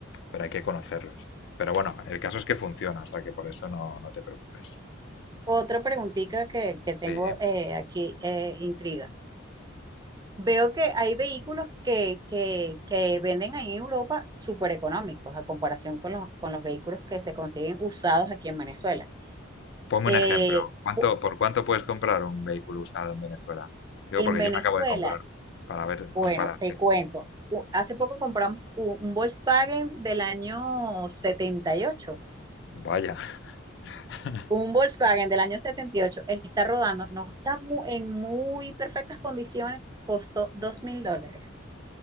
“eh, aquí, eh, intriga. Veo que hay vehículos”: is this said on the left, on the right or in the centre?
Right